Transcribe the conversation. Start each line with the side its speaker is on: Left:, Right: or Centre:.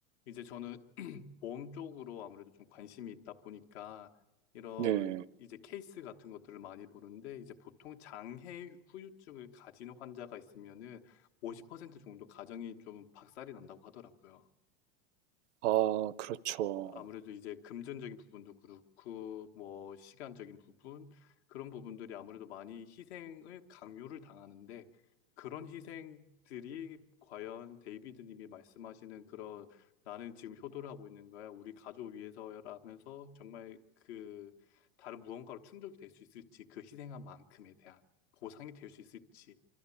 Left: 이제 저는 저는 보험 쪽으로 아무래도 좀 관심이 있다 보니까 이런
Right: 네.
Left: 이제 케이스 같은 것들을 많이 보는데 이제 보통 장해 후유증을 가지는 환자가 있으면은 50% 정도 가정이 좀 박살이 난다고 하더라고요.
Right: 아, 그렇죠.
Left: 아무래도 이제 금전적인 부분도 그렇고 뭐 시간적인 부분 그런 부분들이 아무래도 많이 희생을 강요를 당하는데 그런 희생들이 과연 데이비드 님이 말씀하시는 그런 나는 지금 효도를 하고 있는 거야. 우리 가족 위해서라면서 정말 그 다른 무언가로 충족이 될 수 있을지 그 희생한 만큼에 대한 보상이 될 수 있을지